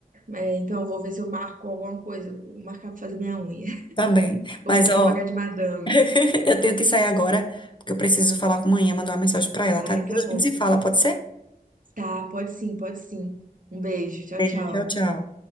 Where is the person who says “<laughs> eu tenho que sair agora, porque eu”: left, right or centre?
Left